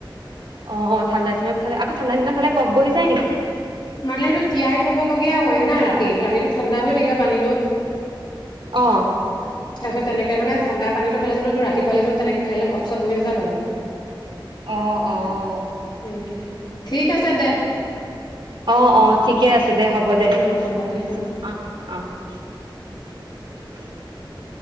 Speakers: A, on the right; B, on the left.
A: অ ঠাণ্ডাদিনত খালে আকৌ ঠাণ্ডা দিনত খালে কফ বহি যায় নেকি?
B: মানে সেইটো তিয়াই থব লগীয়া হয় না ৰাতিত, ৰাতিটো ঠাণ্ডা হৈ থাকিব পানীটো।
A: অ
B: তাৰপিছত তেনেকে মানে ঠাণ্ডা পানীটো খালে জানোটো ৰাতিপুৱালে জানো তেনেকে খাইদিলে কপ চপ বহি নাযাব জানো,
A: অ অ
B: সেইটোৱে ঠিক আছে দে।
A: অ অ ঠিকে আছে দে হ'ব দে,
B: অ' হ'ব
A: ৰাখিছ
B: দে,
A: অ অ। উ <inaudible> উম <inaudible>